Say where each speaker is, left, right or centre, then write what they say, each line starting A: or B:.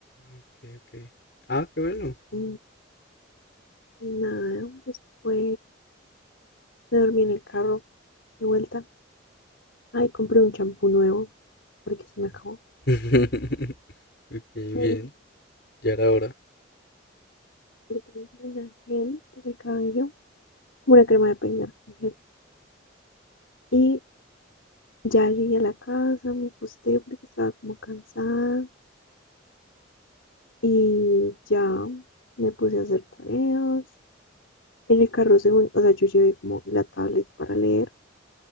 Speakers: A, on the left (about 55°); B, on the left (about 75°).
A: Ok, ok. Ah, qué bueno.
B: Y, y nada, después me dormí en el carro de vuelta. Ay, compré un champú nuevo porque se me acabó.
A: <laughs> Ok, bien.
B: Y
A: Ya era hora.
B: compré una gel para el cabello, como una crema de peinar con gel. Y Ya llegué a la casa, me acosté porque estaba como cansada y ya me puse a hacer tareas. En el carro, según, o sea, yo llevé como la tablet para leer,